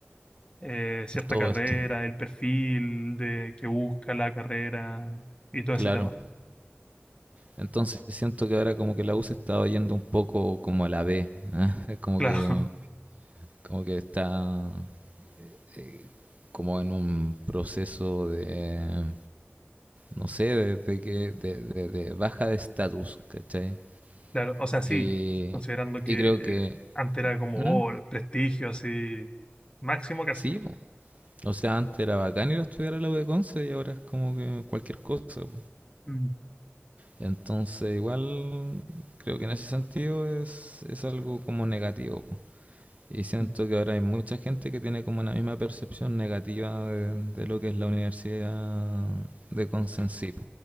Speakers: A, on the left; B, on the right.
A: eh, cierta
B: todo
A: carrera,
B: esto,
A: el perfil de que busca la carrera y todo
B: claro.
A: ese tema.
B: Entonces siento que ahora como que la U se está yendo un poco como a la B, ¿eh? <laughs> como
A: Claro,
B: que, como que está eh, como en un proceso de, no sé, de, de que, de, de- de baja de estatus, ¿cachai?
A: <laughs> claro, o sea, sí,
B: Y,
A: considerando que
B: y creo
A: eh,
B: que...
A: antes era como
B: ¿Mm?
A: oh, el prestigio así máximo casi.
B: Sí, po. O sea, antes era bacán ir a estudiar a la U de Conce y ahora es como que cualquier cosa. po.
A: Mm,
B: Entonces, igual creo que en ese sentido es, es algo como negativo. po. Y siento
A: mm.
B: que ahora hay mucha gente que tiene como una misma percepción negativa de, de lo que es la universidad de Conce en sí, po.